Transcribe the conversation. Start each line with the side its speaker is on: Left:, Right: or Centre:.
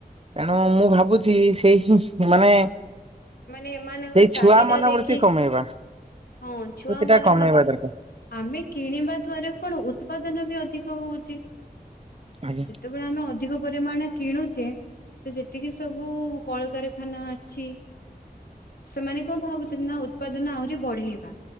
Right: ତେଣୁ ମୁଁ ଭାବୁଛି ସେଇ ମାନେ
Left: ମାନେ ଏମାନଙ୍କ
Right: ସେଇ
Left: ଚାହିଦା
Right: ଛୁଆ ମନୋବୃତ୍ତି
Left: ଦେଖି
Right: କମେଇବା
Left: ହଁ ଛୁଆ
Right: ଟା
Left: ମନୋବୃତ୍ତି
Right: କମେଇବା ଦରକାର।
Left: ଆମେ କିଣିବା ଦ୍ଵାରା କଣ ଉତ୍ପାଦନ ବି ଅଧିକ ର ହଉଛି
Right: ଆଜ୍ଞା
Left: ଯେତେବେଳେ ଆମେ ଅ ଅଧିକ ପରିମାଣ କିଣୁଛେ ତ ଯେତିକି ସବୁ କଳକାରଖାନା ଅଛି ସେମାନେ କଣ ଭାବୁଛନ୍ତି ନା ଉତ୍ପାଦନ ଆହୁରି ବଢେଇବା